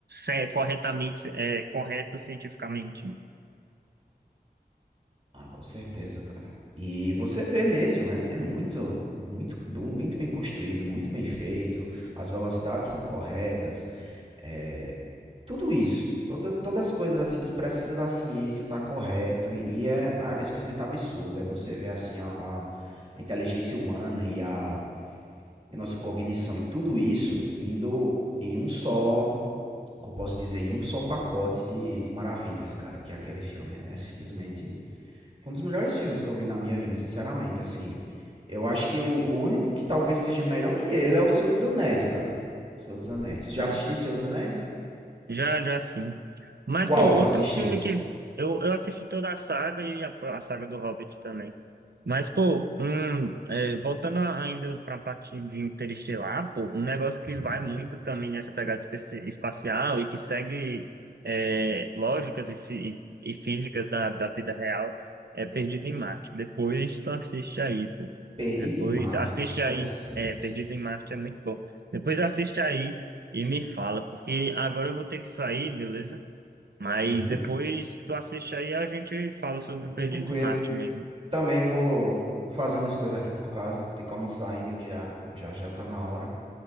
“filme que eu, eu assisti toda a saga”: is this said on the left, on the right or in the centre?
Right